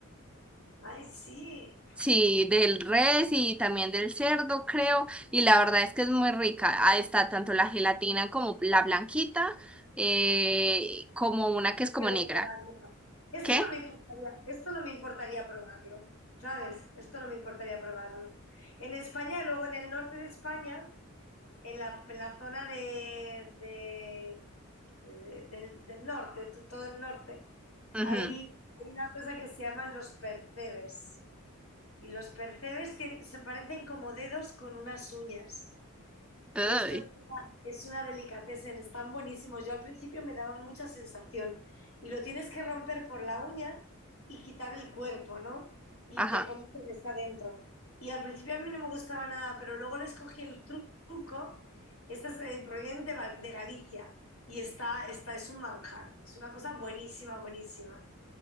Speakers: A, on the left (about 80°); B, in the centre.
A: Ay, sí.
B: Sí, del res y también del cerdo, creo. Y la verdad es que es muy rica. ah está tanto la gelatina como la blanquita, eh, como una que es como
A: Quiero
B: negra.
A: probarlo. Esto
B: ¿Qué?
A: no me importaría, esto no me importaría probarlo, ¿sabes? Esto no me importaría probarlo. En España, luego en el norte de España, en la, en la zona de, de- pues, de- del, del norte, tú- todo el norte,
B: Ujú.
A: hay, hay una cosa que se llaman los percebes. Y los percebes tien- se parecen como dedos con unas uñas.
B: Ay,
A: Y esto es es una delicatessen, están buenísimos. Yo al principio me daban mucha sensación. Y lo tienes que romper por la uña y quitar el cuerpo, ¿no? Y
B: Ajá.
A: te comes lo que está dentro. Y al principio a mí no me gustaba nada, pero luego les cogí el tru- truco. Esta es de, provienen de, Val- de Galicia. Y está, está, es un manjar. Es una cosa buenísima, buenísima.